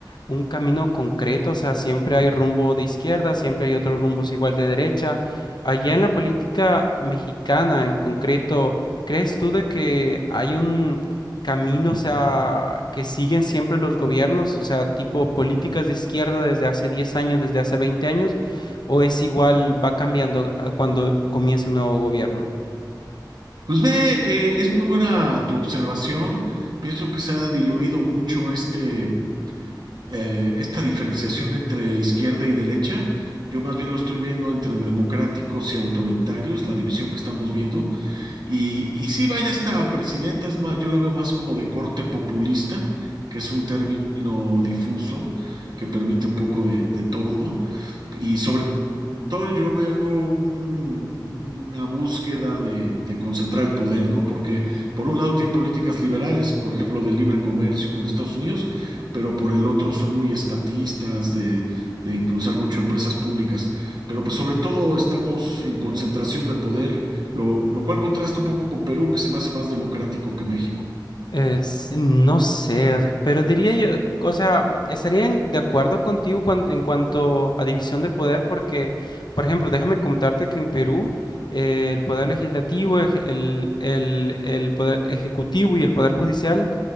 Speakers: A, on the left (about 65°); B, on the right (about 65°).
A: un camino concreto, o sea, siempre hay rumbo de izquierda, siempre hay otros rumbos igual de derecha. Allá en la política mexicana en concreto, ¿crees tú de que hay caminos a, que siguen siempre los gobiernos, o sea, tipo políticas de izquierda desde hace 10 años, desde hace 20 años, o es igual, va cambiando eh, cuando comienza un nuevo gobierno?
B: Pues ve, eh, es muy buena tu observación. Pienso que se ha diluido mucho este eh, esta diferenciación entre izquierda y derecha. Yo más bien lo estoy viendo entre democráticos y autoritarios, la división que estamos viendo. Y, y sí, vaya, esta presidenta es más, yo la veo más como de corte populista, que es un término difuso que permite un poco de, de todo. Y sobre todo yo veo un- una búsqueda de, de concentrar el poder, ¿no? Porque por un lado tienen políticas liberales, por ejemplo, de libre comercio con Estados Unidos, pero por el otro son muy estatistas, de, de impulsar mucho empresas públicas. Pero pues sobre todo estamos en concentración de poder, lo, lo cual contrasta un poco con Perú, que se me hace más democrático que México.
A: Eh, sí, no sé, o sea, pero diría yo, o sea, estarían de acuerdo contigo cuan- en cuanto a división de poder, porque, por ejemplo, déjame contarte que en Perú eh, el poder legislativo, ej- el, el, el poder ejecutivo y el poder judicial